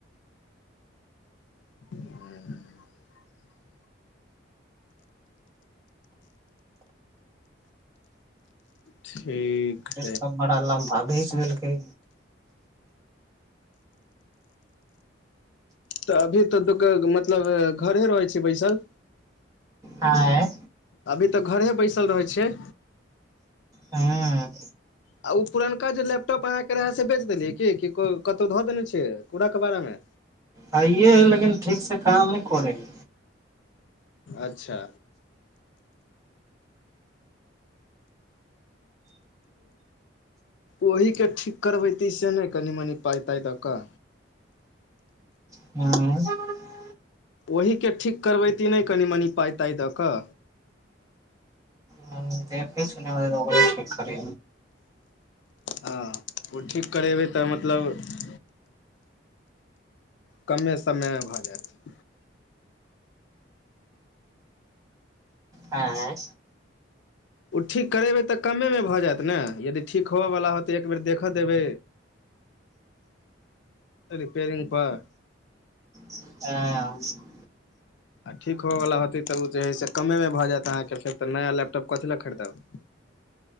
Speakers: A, on the left; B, on the right.
A: ह ठीक हइ
B: सब बड़ा लम्बा घिच लेलेलकै
A: तऽ अभी तऽ दु मतलब घरे रहै छै बैसल
B: हँ
A: अभी तऽ घरे बैसल रहैत छियै
B: हँ
A: आ ओ पुरनका जे लैपटॉप अहाँके रहै से बेच देलियै की कतहु धऽ देने छै कूड़ा कबारा मे
B: हइये हय है लेकिन ठीक से काम नहि करे हे
A: अच्छा ओहि के ठीक करबैती से नहि कनि मनि पाइ ताइ दऽ कऽ
B: हँ
A: ओहिके ठीक करबैती नहि कनि मनि पाइ ताइ दऽ कऽ
B: ह देखै छ ने ब ठीक कर
A: हँ ओ ठीक करेबै तऽ मतलब कमे समयमे भऽ जायत
B: हँ
A: ओ ठीक करेबै तऽ कमेमे भऽ जायत ने यदि ठीक होबयवला होत तऽ एक बेर देखय देबै रिपेयरिंग पर
B: ह
A: आ ठीक होयवला होतैऽ जेइ से कमे भऽ जायत अहाँके फेर तऽ नया लैटॉप कथि लेए खरीदब